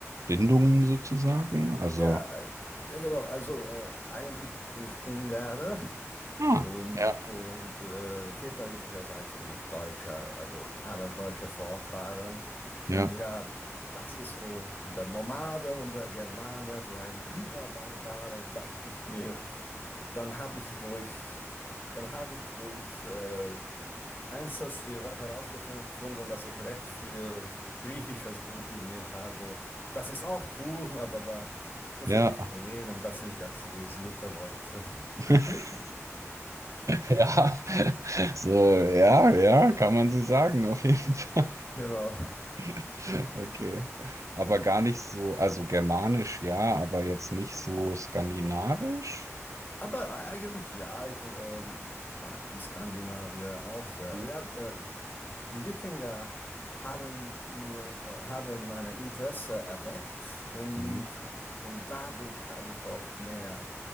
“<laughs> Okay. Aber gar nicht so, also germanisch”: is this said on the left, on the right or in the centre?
Right